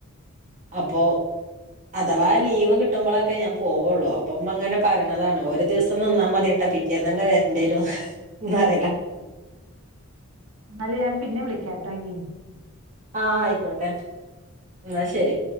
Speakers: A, on the right; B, on the right.
A: അപ്പൊ. അഥവാ ലീവ് കിട്ടുമ്പോളൊക്കെ ഞാൻ പോവുള്ളൂ അപ്പൊ ഉമ്മ അങ്ങനെ പറയണതാണ് ഒരു ദിവസം നിന്നാ മതിട്ടോ പി റ്റെന്ന് തന്നെ വരണ്ടി വരും ഹും പറയലാ.
B: എന്നാല് ഞാൻ പിന്നെ വിളിക്കാട്ടോ ഇനി.
A: ആഹ് ആയിക്കോട്ടെ യെന്നാ ശരി.